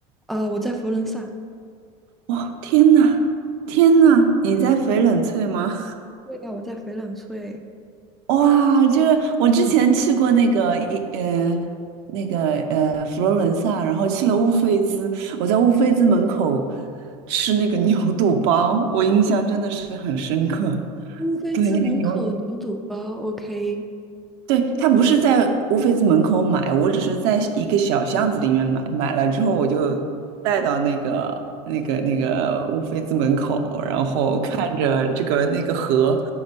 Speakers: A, in the centre; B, on the right (about 70°).
A: 啊、我在佛罗伦萨，
B: 哇，天呐，天呐，你在翡冷翠吗？
A: 对呀、我在翡冷翠，
B: 哇，这个我之前去过那个一呃那个呃佛罗伦萨，然后去了乌菲兹，我在乌菲兹门口吃那个 <laughs> 牛肚包，我印象真的是很深刻。
A: 乌菲兹门口牛肚包，OK，
B: 对，那个牛，对，他不是在乌菲兹门口买，我只是在一个小巷子里面买，买了之后我就带到那个那个那个乌菲兹门口，然后看着这个那个河，